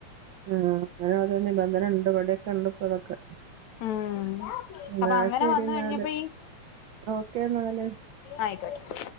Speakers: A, on the right; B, on the left.
A: ആ അങ്ങനെ ഓരോ നിബന്ധനണ്ട്ഇവിടൊക്കെ ഉണ്ട് ഇപ്പോ ഇതൊക്കെ
B: ഉം
A: എന്നാ
B: അപ്പൊ അങ്ങനെ
A: ശരി
B: വന്നു
A: എന്നാല്
B: കഴിഞ്ഞപ്പോ
A: ഓക്കെ എന്നാല്
B: ആയിക്കോട്ട